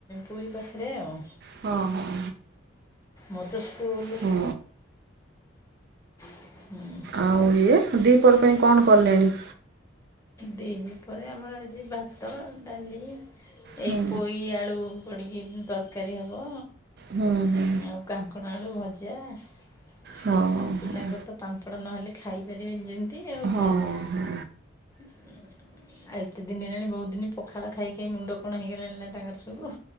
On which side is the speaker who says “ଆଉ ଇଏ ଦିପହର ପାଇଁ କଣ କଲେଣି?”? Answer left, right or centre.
Right